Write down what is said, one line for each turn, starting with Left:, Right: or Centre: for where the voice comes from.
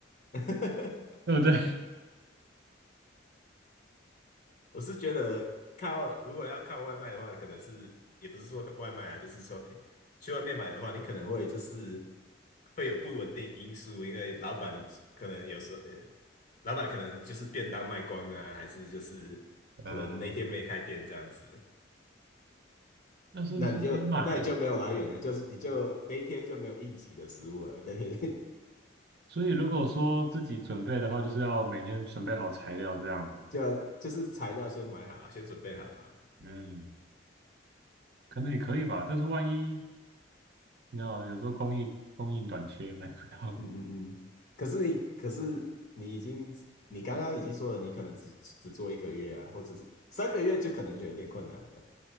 Left: <laughs>
Right: <laughs> 对不对？
Left: 我是觉得靠，如果要靠外卖的话，可能是也不是说外卖啊，就是说诶去外面买的话，你可能会就是会有不稳定因素，因为老板可能有时候，呃，老板可能就是便当卖光啊，还是就是可能那天没开店这样子，
Right: <laughs> 嗯，那是自己买，
Left: 那你就那你就没有来源了，就是你就那一天就没有应急的食物了，那天
Right: 所以如果说自己准备的话，就是要每天准备好材料这样子。
Left: <laughs> 就要就是材料先买好啊先准备好啊。
Right: 嗯，可能也可以吧，但是万一。你知道，有时候供应供应短缺买不到。
Left: 嗯嗯嗯，
Right: <laughs>
Left: 可是你，可是你已经，你刚刚已经说了，你可能只只做一个月啊，或者是三个月，就可能就有点困难了。